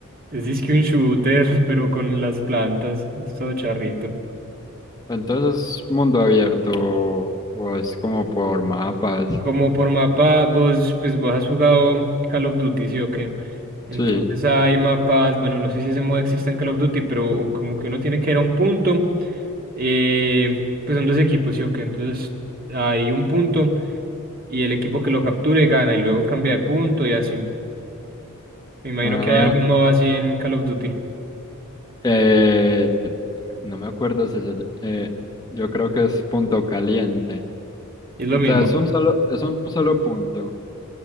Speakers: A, on the right; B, on the left.
A: Es disque un shooter, <laughs> pero con las plantas. Es todo charrito.
B: Entonces es mundo abierto o o es como por mapas.
A: Como por mapa, vos, pues vos has jugado Call of Duty, ¿sí o qué? Entonces
B: Sí.
A: hay mapas, bueno, no sé si ese modo existe en Call of Duty, pero como que uno tiene que ir a un punto, eh, pues son dos equipos, ¿sí o qué? Entonces hay un punto y el equipo que lo capture gana y luego cambia de punto y así. Me imagino
B: Ah,
A: que hay algún modo así en Call of Duty.
B: eh, no me acuerdo si se, eh, yo creo que es punto caliente.
A: Es lo
B: O
A: mismo.
B: sea, es un solo, es un solo punto,